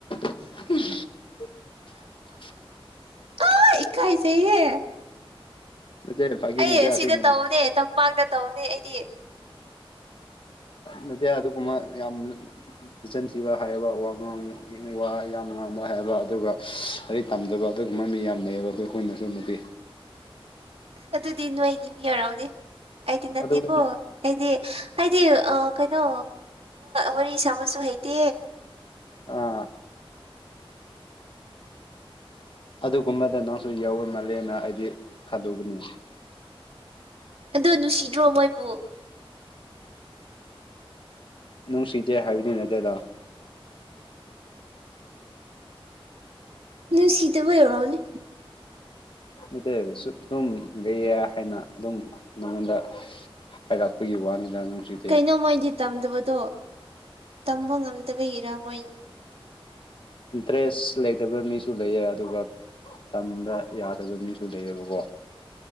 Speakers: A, on the left; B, on the right.
A: <unintelligible>
B: ꯑ ꯏꯀꯥꯏꯁꯌꯦ꯫
A: ꯅꯠꯇꯦ ꯐꯥꯒꯤ
B: ꯑꯩ
A: ꯅꯠꯇꯦ ꯑꯁꯦꯡꯕꯅꯤ
B: ꯁꯤꯗ ꯇꯧꯅꯦ ꯇꯝꯄꯥꯛꯇ ꯇꯧꯅꯦ ꯑꯩꯗꯤ꯫
A: ꯅꯗꯤ ꯑꯗꯨꯒꯨꯝꯕ ꯌꯥꯝ ꯆꯟꯁꯤꯟꯈꯤꯕ ꯍꯥꯏꯕ ꯋꯥ ꯉꯥꯡ ꯋꯥ ꯌꯥꯝ ꯉꯥꯡꯕ ꯍꯥꯏꯕ ꯑꯗꯨꯒ ꯇꯝꯗꯕ ꯑꯗꯨꯒꯨꯝꯕ ꯃꯤ ꯌꯥꯝ ꯂꯩꯌꯦꯕ ꯑꯩꯈꯣꯏ ꯑꯩꯈꯣꯏꯅꯁꯨ ꯅꯨꯄꯤ꯫
B: ꯑꯗꯨꯗꯤ ꯅꯣꯏꯒꯤ ꯃꯤ ꯌꯔꯛꯎꯅꯦ ꯑꯩꯗꯤ ꯅꯠꯇꯦꯀꯣ꯫
A: ꯑꯗꯨꯗꯨꯅ
B: ꯑꯩꯗꯤ ꯍꯥꯏꯗꯤ ꯀꯩꯅꯣ ꯋꯥꯔꯤ ꯁꯥꯕꯁꯨ ꯍꯩꯇꯦ꯫
A: ꯑꯥ ꯑꯗꯨꯒꯨꯝꯕꯗ ꯅꯪꯁꯨ ꯌꯥꯎꯕ ꯃꯥꯜꯂꯦꯅ ꯑꯩꯗꯤ ꯊꯥꯗꯧꯕꯅꯦ꯫
B: ꯑ ꯅꯨꯡꯁꯤꯗ꯭ꯔꯣ ꯃꯣꯏꯕꯨ
A: ꯅꯨꯡꯁꯤꯇꯦ ꯍꯥꯏꯕꯗꯤ ꯅꯠꯇꯦꯗ
B: ꯅꯨꯡꯁꯤꯇꯕꯨꯣ ꯍꯧꯎꯔꯥꯎꯅꯤ꯫
A: ꯑꯗꯨ ꯁꯨꯝ ꯂꯩꯌꯦ ꯍꯥꯏꯅ ꯑꯗꯨꯝ ꯅꯉꯣꯟꯗ ꯍꯥꯏꯔꯥꯛꯄꯒꯤ ꯋꯥꯅꯤꯗ ꯅꯨꯡꯁꯤꯠ
B: ꯀꯩꯅꯣ ꯃꯣꯏꯗꯤ ꯇꯝꯗꯕꯗꯣ ꯇꯝꯕ ꯉꯝꯗꯕꯒꯤꯔꯥ ꯃꯣꯏ
A: ꯟ ꯗ꯭ꯔꯦꯁ ꯂꯩꯇꯕ ꯃꯤꯁꯨ ꯂꯩꯌꯦ ꯑꯗꯨꯒ ꯇꯝꯕ ꯌꯥꯗꯕ ꯃꯤꯁꯨ ꯂꯩꯌꯦꯕꯀꯣ